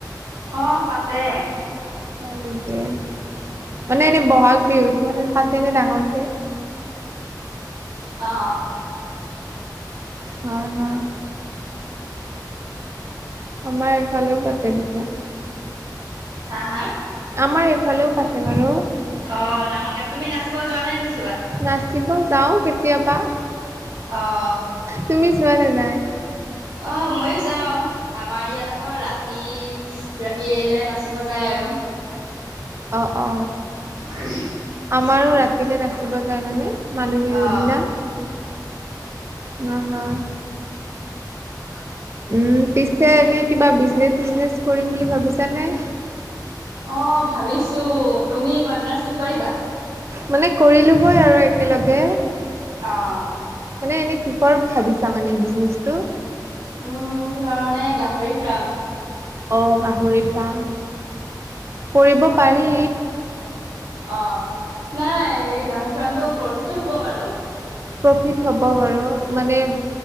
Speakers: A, on the right; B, on the right.
A: অ পাতে।
B: হয় নেকি। মানে এনেই বহাগ বিহুতো মানে পাতেনে ডাঙৰকে।
A: অ
B: হয় হয় আমাৰ ইফালেও পাতে পিছে
A: হা হা?
B: আমাৰ এইফালেও পাতে বাৰু।
A: অ ডাঙৰ কে তুমি নাচিব যোৱা নো
B: নাচিব যাও কেতিয়াবা,
A: অ',
B: তুমি যোৱা নে নাই?
A: অ মইয়ো যাওঁ আমাৰ ইয়াত আকৌ ৰাতি ৰাতিলে নাচিব যায় আৰু।
B: অ অ
A: ওমহ
B: আমাৰো ৰাতিলৈ নাচিব যায় মানে মানুহ বিহুৰ
A: অ'।
B: দিনা। নহয়।
A: <unintelligible>
B: উম পিছে এনেই কিবা বিজনেছ চিজনেছ কৰিম বুলি ভাবিছানে?
A: অ ভাবিছো তুমি পাৰ্টনাৰশ্বিপ কৰিবা।
B: মানে কৰিলো হয় আৰু একেলগে,
A: অ'।
B: মানে এনে কিহৰ- ভাবিছা মানে এই বিজনেছটো।
A: উম কিহৰ মানে গাহৰি ফাৰ্ম
B: অহ গাহৰি ফাৰ্ম। কৰিব পাৰি।
A: অ নাই হেৰি গাহৰি ফাৰ্মটো প্ৰফিটো হ'ব বাৰু।
B: প্ৰফিট হ'ব বাৰু মানে